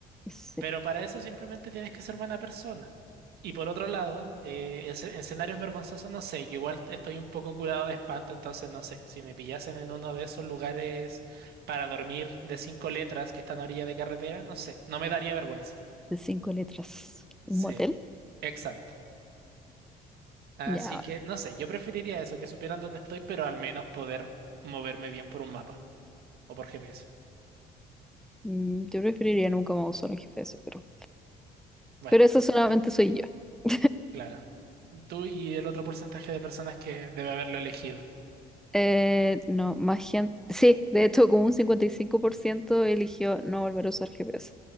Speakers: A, in the centre; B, on the right.
A: Sí,
B: Pero para eso simplemente tienes que ser buena persona. Y por otro lado, eh, en esce- escenarios vergonzosos, no sé, yo igual estoy un poco curado de espanto, entonces no sé, si me pillasen en uno de esos lugares para dormir de cinco letras que están a orilla de carretera, no sé, no me daría vergüenza.
A: de cinco letras. ¿Un
B: Sí,
A: motel?
B: exacto. Así
A: Ya, vale.
B: que, no sé, yo preferiría eso, que supieran dónde estoy, pero al menos poder moverme bien por un mapa o por GPS.
A: Mm, yo preferiría nunca más usar un GPS, pero,
B: Bueno,
A: pero eso solamente soy yo. <laughs>
B: claro. Tú y el otro porcentaje de personas que debe haberlo elegido.
A: Eh, no, más gente. Sí, de hecho, como un 55% eligió no volver a usar GPS.